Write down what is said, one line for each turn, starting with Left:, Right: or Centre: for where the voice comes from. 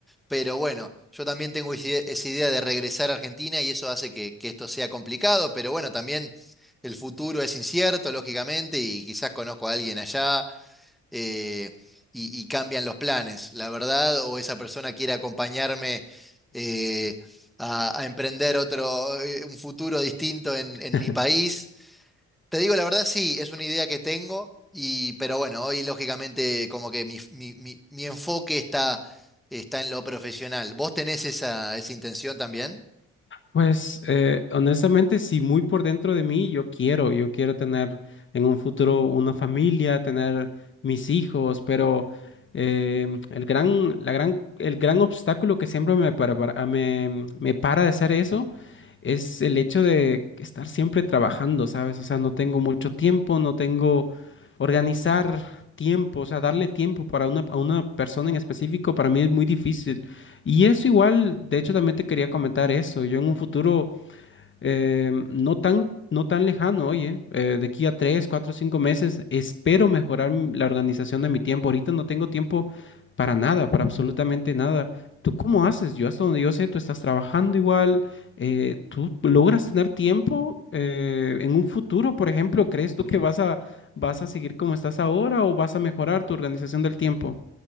Centre: pero bueno, yo también tengo ese- esa idea de regresar a Argentina y eso hace que, que esto sea complicado, pero bueno, también el futuro es incierto, lógicamente, y quizás conozco a alguien allá, eh, y, y cambian los planes, la verdad, o esa persona quiere acompañarme eh, a, a emprender otro, eh, un futuro distinto en,
Left: <laughs>
Centre: en mi país. Te digo, la verdad, sí, es una idea que tengo, y, pero bueno, hoy lógicamente como que mi, mi- mi- mi enfoque está, está en lo profesional. ¿Vos tenés esa, esa intención también?
Left: Pues eh, honestamente, sí, muy por dentro de mí, yo quiero, yo quiero tener en un futuro una familia, tener mis hijos, pero em, el gran, la gran, el gran obstáculo que siempre me para, para- me, me para de hacer eso es el hecho de estar siempre trabajando, ¿sabes? O sea, no tengo mucho tiempo, no tengo organizar tiempo, o sea, darle tiempo para una, a una persona en específico para mí es muy difícil. Y eso igual, de hecho también te quería comentar eso. Yo en un futuro eh, no tan, no tan lejano, oye, eh, de aquí a tres, cuatro, cinco meses, espero mejorar mi- la organización de mi tiempo. Ahorita no tengo tiempo para nada, para absolutamente nada. ¿Tú cómo haces? Yo hasta donde yo sé, tú estás trabajando igual. eh, ¿tú logras tener tiempo eh, en un futuro, por ejemplo? ¿Crees tú que vas a, vas a seguir como estás ahora o vas a mejorar tu organización del tiempo?